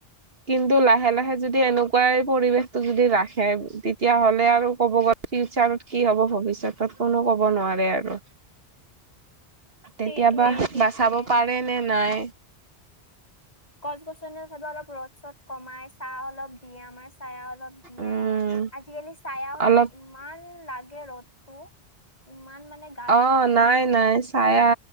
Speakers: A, on the right; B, on the left.
A: কিন্তু লাহে লাহে যদি এনেকুৱাই পৰিৱেশটো যদি ৰাখে তেতিয়াহ'লে আৰু ক'ব গ'লে ফিউচাৰত কি হ'ব ভৱিষ্যতত কোনো ক'ব নোৱাৰে আৰু।
B: সেইটোৱে
A: তেতিয়াবা
B: সেইটোৱে
A: বাচাব পাৰে নে নাই।
B: গছ গছনি চাপে অলপ ৰ'দ চদ কমাই ছাঁহ অলপ দিয়ে আমাৰ ছাঁহে অলপ দিয়ে,
A: উম
B: আজিকালি ছাঁয়াও
A: অলপ
B: নাই ই ইমান লাগে ৰ'দতটো, ইমান মানে গাত
A: অ'
B: লাগে
A: নাই নাই। ছায়া,